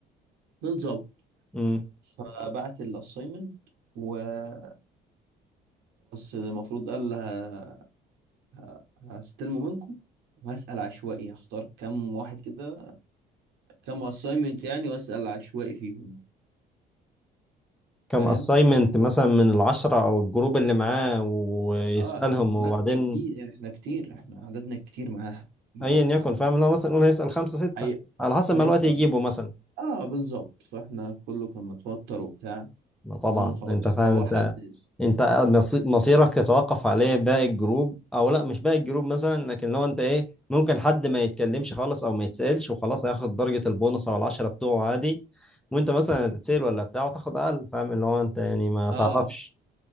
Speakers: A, on the right; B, in the centre.
A: بالظبط
B: امم
A: فبعت الاساينمنت وخلاص المفروض قال ه... ه... هستلمه منكم وهسأل عشوائي هختار كام واحد كده كام اساينمنت يعني واسأل عشوائي فيهم
B: كم
A: فاهم
B: اساينمنت مثلا من العشرة او الجروب اللي معاه ويسألهم
A: اه احنا
B: وبعدين
A: لا احنا جديد احنا كتير احنا عددنا كتير معاها مع
B: ايا
A: مع
B: يكن فاهم اللي هو مثلا يقول هيسأل خمسة ستة
A: هي...
B: على حسب
A: هيسأل
B: ما الوقت يجيبه مثلا
A: اه بالظبط فاحنا كله كان متوتر وبتاع
B: ما طبعا
A: قلنا خلاص
B: انت فاهم
A: فهو
B: انت
A: حدد
B: انت مصي- مصيرك يتوقف عليه باقي الجروب او لا مش باقي الجروب مثلا لكن لو انت ايه ممكن حد ما يتكلمش خالص او ما يتسألش وخلاص هياخد درجة البونص او العشرة بتوعه عادي وانت مثلا هتتسأل ولا بتاعه تاخد اقل فاهم اللي هو انت يعني ما
A: اه
B: تعرفش